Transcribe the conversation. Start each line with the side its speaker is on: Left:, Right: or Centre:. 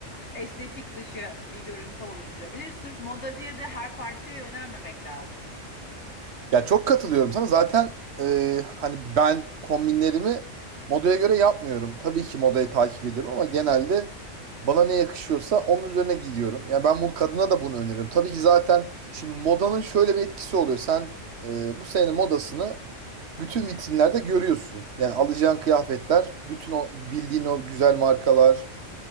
Left: estetik dışı bir görüntü oluşturabilir. Sırf moda diye de her parçaya yönelmemek lazım.
Right: Ya çok katılıyorum sana. Zaten e, hani ben kombinlerimi modaya göre yapmıyorum. Tabii ki modayı takip ediyorum ama genelde bana ne yakışıyorsa onun üzerine gidiyorum. Yani ben bunu kadına da bunu öneriyorum. Tabii ki zaten şimdi modanın şöyle bir etkisi oluyor. Sen e, bu senenin modasını bütün vitrinlerde görüyorsun. Yani alacağın kıyafetler, bütün o bildiğin o güzel markalar,